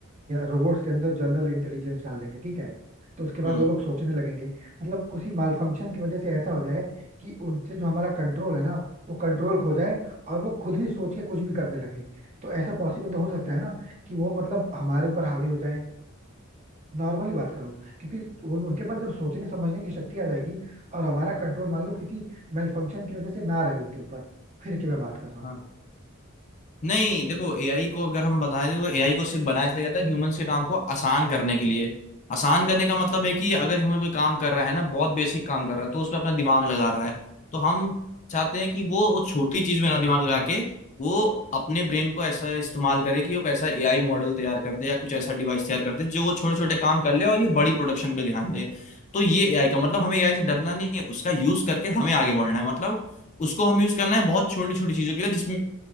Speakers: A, on the right (about 35°); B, on the left (about 35°).
A: रोबोट्स के अंदर जनरल इंटेलिजेंस डाल देंगे ठीक है तो उसके बाद
B: हम्म
A: वो लोग सोचने लगेंगे मतलब किसी माल फंक्शन की वजह से ऐसा हो जाए कि उनसे जो हमारा कंट्रोल है ना वो कंट्रोल खो जाए और वो खुद ही सोच के कुछ भी करने लगे तो ऐसा पॉसिबल तो हो सकता है ना कि वो मतलब हमारे ऊपर हावी हो जाए नॉर्मली बात करो क्योंकि वो उनके पास जब सोचने समझने की शक्ति आ जाएगी और हमारा कंट्रोल मान लो किसी मेल फंक्शन की वजह से ना रहे उनके ऊपर फिर की मैं बात कर रहा हूँ
B: हाँ नहीं देखो एआई को अगर हम बताएं देखो एआई को सिर्फ बनाया इसलिए जाता है ह्यूमंस के काम को आसान करने के लिए आसान करने का मतलब है कि अगर ह्यूमन कोई काम कर रहा है ना बहुत बेसिक काम कर रहा है तो उसमें अपना दिमाग लगा रहा है तो हम चाहते हैं कि वो उस छोटी चीज में ना दिमाग लगा के वो अपने ब्रेन को ऐसा इस्तेमाल करे कि वो एक ऐसा एआई मॉडल तैयार कर दे या कुछ ऐसा डिवाइस तैयार कर दे जो वो छोटे छोटे काम कर ले और ये बड़ी प्रोडक्शन पे ध्यान दे तो ये एआई का मतलब हमें एआई से डरना नहीं है उसका यूज करके हमें आगे बढ़ना है मतलब उसको हम यूज करना है बहुत छोटी छोटी चीजों के लिए जिसमें